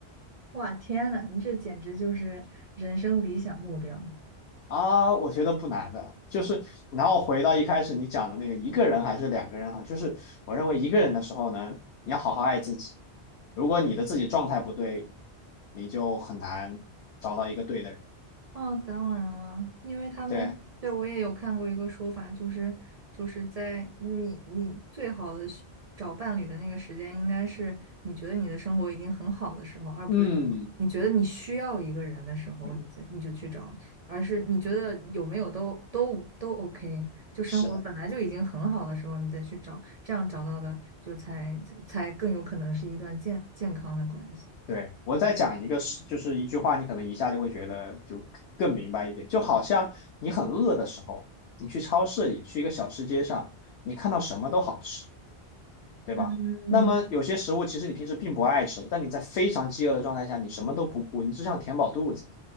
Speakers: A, on the right (about 50°); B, on the left (about 70°).
A: 哇，天呐，你这简直就是人生理想目标。
B: 啊，我觉得不难的，就是然后回到一开始你讲的那个一个人还是两个人哈，就是我认为一个人的时候呢，你要好好爱自己。如果你的自己状态不对，你就很难找到一个对的人。
A: 哦，当然了，因为他们，
B: 对，
A: 对，我也有看过一个说法，就是就是在你你最好的时找伴侣的那个时间，应该是你觉得你的生活已经很好的时候，而不是你觉得你需要一个人的时候，
B: 嗯，嗯，
A: 你就你就去找，而是你觉得有没有都都都 OK，就生活本来就已经很好的时候，
B: 是的，
A: 你再去找，这样找到的就才才才更有可能是一段健健康的关系。
B: 对。我再讲一个事，就是一句话，你可能一下就会觉得就更明白一点。就好像你很饿的时候，你去超市里，去一个小吃街上，你看到什么都好吃。对吧？
A: 嗯，
B: 那么有些食物其实你平时并不爱吃，但你在非常饥饿的状态下，你什么都不顾，你只想填饱肚子。